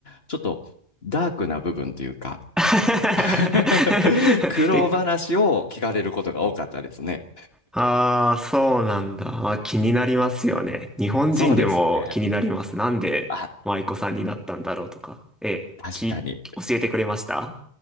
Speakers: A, on the left; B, in the centre.
A: ちょっとダークな部分というか、
B: <laughs>
A: <laughs> 苦労話を聞かれることが多かったですね。
B: 結構ああ、そうなんだ。あ、気になりますよね。日本人でも気になります。
A: そうですね。
B: なんで舞妓さんになったんだろうとか。
A: あ、
B: え、
A: 確かに。
B: き、教えてくれました